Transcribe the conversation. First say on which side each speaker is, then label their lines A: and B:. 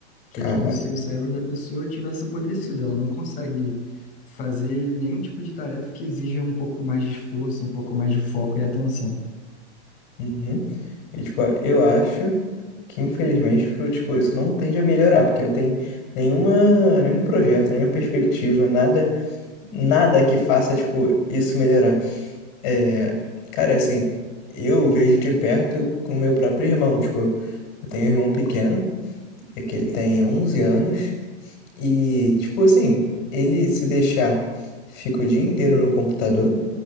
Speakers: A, on the left; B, on the left.
A: que
B: Cara,
A: é como se o cérebro da pessoa tivesse apodrecido, ela não consegue fazer nenhum tipo de tarefa que exija um pouco mais de esforço, um pouco mais de foco e atenção.
B: Uhum. E, tipo, eu acho que, infelizmente, tipo, tipo, isso não tende a melhorar, porque não tem nenhuma, nenhum projeto, nenhuma perspectiva, nada, nada que faça, tipo, isso melhorar. É, cara, assim, eu vejo de perto com meu próprio irmão, tipo, eu tenho um irmão pequeno, é que ele tem 11 anos, e, tipo, assim, ele se deixar, fica o dia inteiro no computador,